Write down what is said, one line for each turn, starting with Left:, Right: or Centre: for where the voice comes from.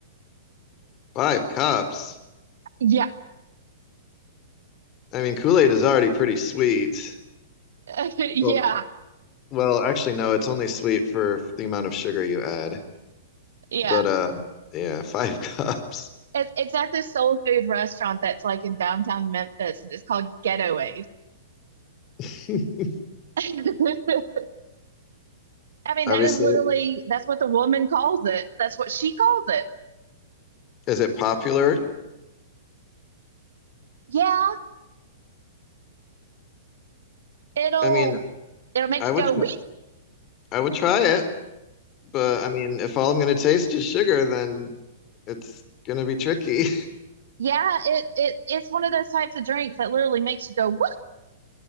Left: five cups.
Right: Yeah,
Left: I mean, Kool-Aid is already pretty sweet.
Right: <laughs> yeah,
Left: Well, well, actually, no, it's only sweet for the amount of sugar you add.
Right: yeah.
Left: But uh, yeah, five <laughs> cups.
Right: It, it's at this soul food restaurant that's like in downtown Memphis. and It's called Ghetto Aid.
Left: <laughs>
Right: <laughs> I mean,
Left: Obviously,
Right: that is literally that's what the woman calls it. That's what she calls it.
Left: is it popular?
Right: Yeah, it'll
Left: I mean,
Right: it'll make
Left: I
Right: you
Left: would
Right: go
Left: tr
Right: whoop.
Left: I would try it. But I mean, if all I'm going to taste is sugar, then it's going to be tricky.
Right: Yeah, it it it's one of those types of drinks that literally makes you go